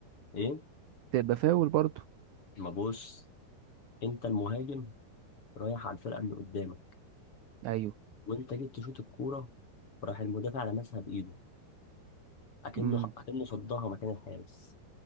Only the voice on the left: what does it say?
إيه؟
ما بص انت المهاجم رايح على الفرقه اللي قدامك
وانت جيت تشوط الكوره راح المدافع لمسها بايده اكنه
اكنه صدها مكان الحارس